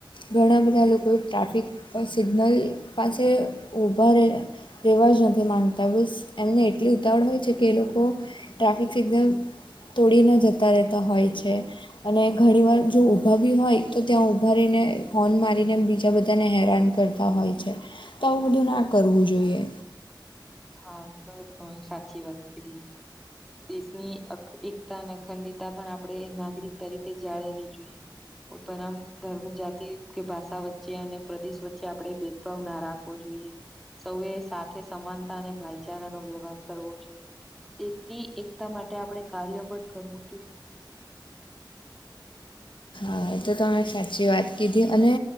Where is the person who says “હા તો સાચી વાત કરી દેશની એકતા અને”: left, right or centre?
Centre